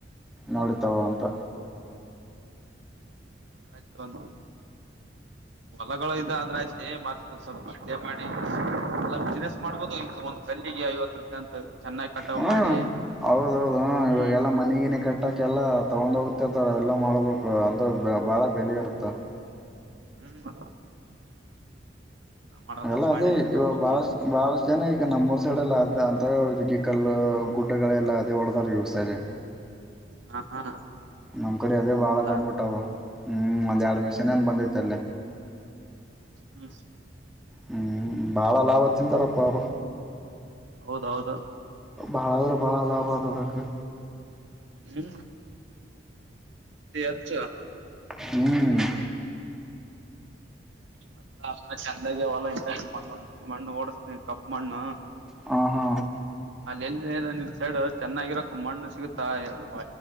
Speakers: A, in the centre; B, on the right.
A: ನೋಡಿ ತಗೋ ಅಂತ
B: ಆಯ್ತು ಹೊಲಗಳು ಇದ ಆದ್ರೆ ಆಯ್ತು ಏ್ ಸ್ವಲ್ಪ ಅಡ್ೆ ಮಾಡಿ ಎ ಬಿನನೆಸ್ ಮಾಡ್ಬೋದು ಈ ಒಂದ್ ಕಲ್ಲಿಗೆ ಐವತ್ತು ರೂಪಾಯಿ ಅಂತ ಚೆನ್ನಾಗಿ ಕಟಾವ್
A: ಹ್ಮ
B: ಮಾಡಿ
A: ಹೌದೌದು ಹ
B: ಹ್ಮ್
A: ಇವಾಗೆಲ್ಲಾ ಮನೆಗಿನ ಕಟ್ಟಕೆಲ್ಲ ತಗೊಂಡ್ ಹೋಗ್ತಿರ್ತರ ಎಲ್ಲ ಮಾಡ್ಬೇಕು ಅಂತ ಬಾಳ ಬೆಲೆ ಇತ್ತ ತ <inaudible>
B: ಹ್ಮ್ ಮತ್ತ ನಾ ಮಾಡಕಂತ
A: ಅಲ್ಲ
B: ಮಾಡೀನಿ
A: ಅದೇ
B: ತಗೋಬೇಕಂದು
A: ಇವಾಗ ಬಾಳಷ್ಟ್ ಬಾಳಷ್ಟು ಜನ ಈಗ ನಮ್ಮ್ೂಊರ್ ೈ ಅಂತ್ಯಗಿಕಲ್ ಗುಡ್ಡಗಳೆಲ್ಲ ಅದ ಹೊಡ್ಡದೇ
B: ಹ ಹಾ
A: ನಮ್ ಕಡೆ ಅದೇ ಬಾಳ
B: ಹೌದಾ
A: ಬಂದ್ಬಿಟ್ಟವ್ರು ಹ್ಮ್ ಒಂದ್ ಎರಡ್
B: ಹ್ಮ್
A: ಮಿಷನ್ ಏನ್ ಬಂದೈತ ಅಲ್ಲಿ
B: ಹ್ಮ್
A: ಹ್ಮ್ ಬಾಳ ಲಾಭ ತಿಂತಾರಪ್ಪ ಅವ್ರು
B: ಹೌದೌದು
A: ಬಹಳ ಅಂದ್ರೆ ಬಹಳ ಲಾಭ ಆದದಕ್ಕೆ
B: ಹ್ಮ ಸ ಅಚ್ಚ
A: ಹ್ಮ್
B: ಮತ್ತ ಅ ಚೆಂದಾಗಿ ಹೊಲ ಇಂಟ ಮಣ್ಣು ಒ ಮಣ್ಣು ಓಡಸ್ನ ಕಪ್ ಮಣ್ಣ
A: ಹ ಹಾ
B: ಅಲ್ಲಿ ಎಲ್ಲಿ ಸೈಡ್ ಚೆನ್ನಾಗಿರಕ್ ಮಣ್ಣು ಸಿಗುತ್ತಾ ಹೇಳು